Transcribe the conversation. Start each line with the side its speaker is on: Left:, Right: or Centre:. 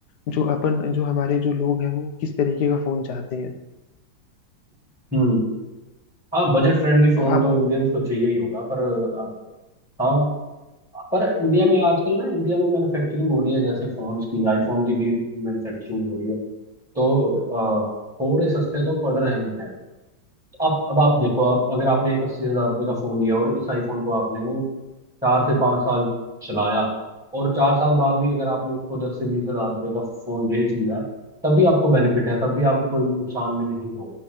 Left: जो अपन जो हमारे जो लोग हैं वो किस तरीके का फोन चाहते हैं
Centre: हम्म हाँ बजट फ्रेंडली फोन
Left: तो आप
Centre: तो इंडियंस को चाहिए ही होगा पर अ, हाँ पर इंडिया में आजकल ना इंडिया में मैन्युफैक्चरिंग हो रही है जैसे फोन्स की आईफोन की भी मैन्युफैक्चरिंग हो रही है तो अ, थोड़े सस्ते तो पड़ रहे हैं तो आप अब आप देखो अब अगर आपने एक अस्सी हजार रुपये का फोन लिया और इस आईफोन को आपने चार से पाँच साल चलाया और चार साल बाद भी अगर आपने उसको दस से बीस हजार रुपये का फोन बेच दिया तब भी आपको बेनिफिट है तब भी आपको कोई नुकसान में नहीं हो